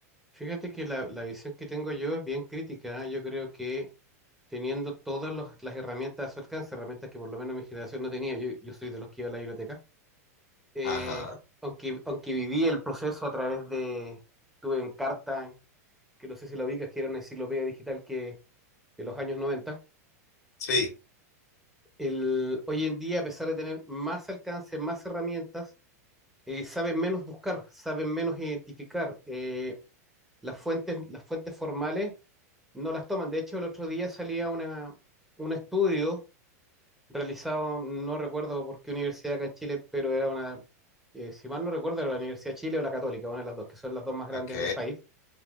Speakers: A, in the centre; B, on the left (about 70°).
A: Fíjate que la, la visión que tengo yo es bien crítica. ¿eh? Yo creo que teniendo todas los- las herramientas a su alcance, herramientas que por lo menos mi generación no tenía, yo, yo soy de los que iba a la biblioteca, eh,
B: Ajá,
A: aunque, aunque viví el proceso a través de, tuve Encarta, que no sé si la ubicas, que era una enciclopedia digital que, de los años 90,
B: sí,
A: el, hoy en día, a pesar de tener más alcance, más herramientas, eh, saben menos buscar, saben menos identificar. eh, las fuentes, las fuentes formales no las toman. De hecho, el otro día salía una, un estudio realizado, no recuerdo por qué universidad acá en Chile, pero era una, eh, si mal no recuerdo, era la Universidad de Chile o la Católica, una de las dos, que son las dos más grandes
B: ok.
A: del país.